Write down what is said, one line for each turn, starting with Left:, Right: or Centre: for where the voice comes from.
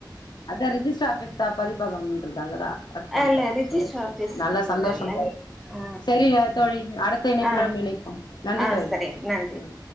Left: இந்த ரிஜிஸ்டர் ஆபிஸ் தா பதிப்பகம் இருந்தாங்க தா ஒர்க் பண்ற
Centre: அதுல ரிஜிஸ்டர்
Left: செரி செரி
Centre: ஆஃபீஸ்ன்றல்ல
Left: நல்லா சந்தோஷம் பா
Centre: ஆ
Left: சரிங்க தோழி அடுத்த இணைப்புல
Centre: ஆ
Left: <unintelligible> போம் நன்றி
Centre: ஆ
Left: தோழி
Centre: சரிங்க நன்றி
Left: ம்